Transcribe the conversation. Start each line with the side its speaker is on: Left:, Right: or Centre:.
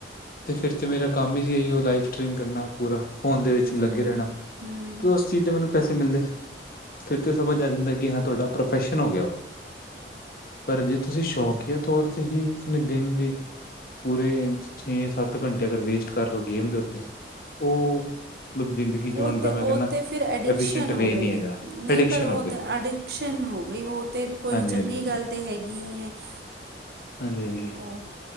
Left: ਅਤੇ ਫਿਰ ਤਾਂ ਮੇਰਾ ਕੰਮ ਹੀ ਜ ਆ ਲਾਈਵ ਸਟਰੀਮ ਕਰਨਾ ਪੂਰਾ ਫੋਨ ਦੇ ਵਿੱਚ
Right: ਹਮ
Left: ਲੱਗੇ ਰਹਿਣਾ
Right: ਹਮ
Left: ਕਿ ਉਸ ਚੀਜ਼ ਦੇ ਮੈਨੂੰ ਪੈਸੇ ਮਿਲਦੇ ਫਿਰ ਤੇ ਸਮਝ ਆ ਜਾਂਦਾ ਕਿ ਹਾਂ ਤੁਹਾਡਾ ਪ੍ਰੋਫੈਸ਼ਨ ਹੋ ਗਿਆ ਉਹ ਪਰ ਜੇ ਤੁਸੀ ਸ਼ੌਕੀਆ ਤੌਰ ਤੇ ਹੀ ਆਪਣੇ ਦਿਨ ਦੀ ਪੂਰੇ ਛੇ ਸੱਤ ਘੰਟੇ ਅਗਰ ਵੇਸਟ ਕਰ ਲੋ ਗੇਮ ਦੇ ਉੱਤੇ ਉਹ ਮਤਲਬ ਜ਼ਿੰਦਗੀ
Right: ਉਹ
Left: ਜਿਉਣ
Right: ਤਾਂ
Left: ਦਾ ਮੈਂ
Right: ਉਹ
Left: ਕਹਿੰਦਾ
Right: ਤਾਂ ਫਿਰ ਅਡਿਕਸ਼ਨ
Left: ਐਫੀਸ਼ੀਐਂਟ
Right: ਹੋ
Left: ਵੇ
Right: ਗਈ
Left: ਨਹੀਂ ਹੈਗਾ
Right: ਨਹੀ
Left: ਐਡਿਕਸ਼ਨ
Right: ਪਰ ਉਹ
Left: ਹੋ ਗਈ
Right: ਤਾਂ ਅਡਿਕਸ਼ਨ ਹੋ ਗਈ ਉਹ ਤਾਂ ਕੋਈ
Left: ਹਾਂਜੀ
Right: ਚੰਗੀ
Left: ਹਾਂਜੀ
Right: ਗੱਲ ਤਾਂ ਹੈਗੀ ਨਹੀ ਹੈ। <inaudible>
Left: ਹਾਂਜੀ- ਹਾਂਜੀ
Right: ਉਹ